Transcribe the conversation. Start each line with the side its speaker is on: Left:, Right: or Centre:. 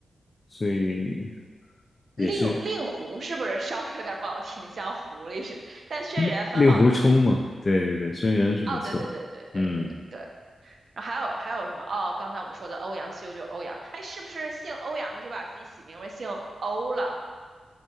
Left: 所以
Right: 令令狐是不是稍微有点不好听，
Left: 也是
Right: 像狐狸似的？但轩辕很好听。
Left: 令令狐冲嘛，对对对，轩辕是不错，
Right: 哦，对对对对对对对。
Left: 嗯。
Right: 然后还有还有什么？哦，刚才我们说的欧阳修就是欧阳，哎，是不是姓欧阳的就把自己起名为姓欧了？